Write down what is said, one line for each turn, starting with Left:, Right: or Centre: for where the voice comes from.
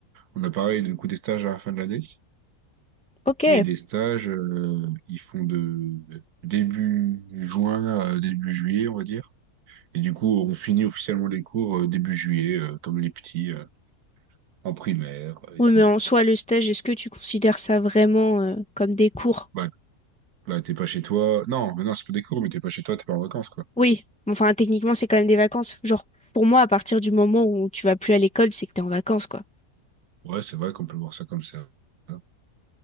Right: on a pareil, du coup, des stages à la fin de l'année.
Centre: ok.
Right: Et les stages, euh, ils font de début juin à début juillet, on va dire. Et du coup, on finit officiellement les cours euh, début juillet, euh, comme les petits, euh, en primaire euh, et
Centre: Oui,
Right: tout.
Centre: mais en soi, le stage, est-ce que tu considères ça vraiment euh, comme des cours?
Right: Bah, bah t'es pas chez toi. Non, mais non, c'est pas des cours, mais t'es pas chez toi, t'es pas en vacances, quoi.
Centre: Oui, enfin, techniquement, c'est quand même des vacances. Genre, pour moi, à partir du moment où tu vas plus à l'école, c'est que t'es en vacances, quoi.
Right: Ouais, c'est vrai qu'on peut voir ça comme ça. hein.